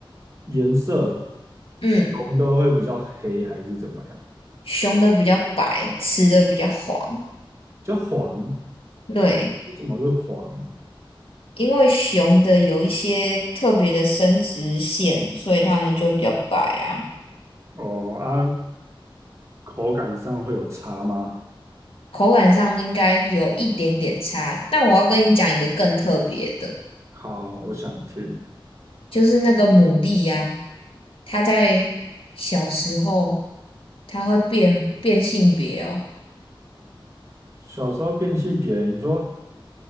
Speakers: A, on the right; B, on the left.
A: 颜色，熊的会比较黑还是怎么样？
B: 嗯，雄的比较白，雌的比较黄。
A: 比较黄，
B: 对，
A: 为什么是黄？
B: 因为雄的有一些特别的生殖腺，所以它们就比较白啊。
A: 哦啊，口感上会有差吗？
B: 口感上应该有一点点差，但我要跟你讲一个更特别的，
A: 好，我想听。
B: 就是那个牡蛎呀、它在小时候它会变变性别哦。
A: 小时候变性别你说